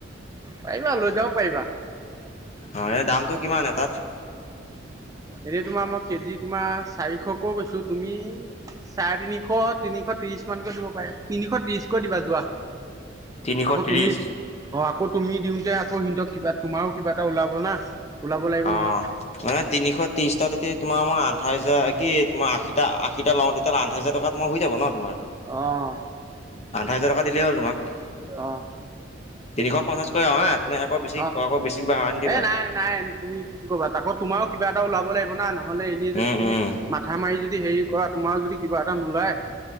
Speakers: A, on the right; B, on the left.
A: পাৰিবা লৈ যাব পাৰিবা
B: অ' এনে দামটো কিমান এটাত?
A: এতিয়া তোমাৰ মই কেজি তোমাৰ চাৰিশকেও বেচো তুমি চাৰে তিনিশ, তিনিশ ত্ৰিশ মানকৈ দিব পাৰে, তিনিশ ত্ৰিশকৈ দিবা যোৱা।
B: তিনিশ
A: আকৌ
B: ত্ৰিছ
A: তুমি। অ' আকৌ তুমি দিওঁতে আকৌ সিহঁতক কিবা তোমাৰো কিবা এটা ওলাব না। ওলাব লাগিব
B: অ
A: নহয়।
B: মানে তিনিশ ত্ৰিশটাতে তোমাৰ মই আঠাইশ হাজাৰ কি তোমাৰ আশী, আশীটা লওঁ তেতিয়াহ'লে আঠাইশ হাজাৰ টকাত মোৰ হৈ যাব ন তোমাৰ।
A: অ'।
B: আঠাইশ হাজাৰ টকা দিলেই হ'ল তোমাক
A: অ'
B: তিনিশ পঞ্চাছ কৰি <unintelligible> আকৌ
A: অ'
B: বেছি বঢ়াই নিদিবা।
A: এ নাই নাই তুমি কি কবা আকৌ তোমাৰ কিবা এটা ওলাব লাগিব না নহ'লে এনেই যদি
B: উম
A: তুমি
B: উম
A: মাথা মাৰি যদি হেৰি কৰা তোমাৰ যদি কিবা এটা নোলায়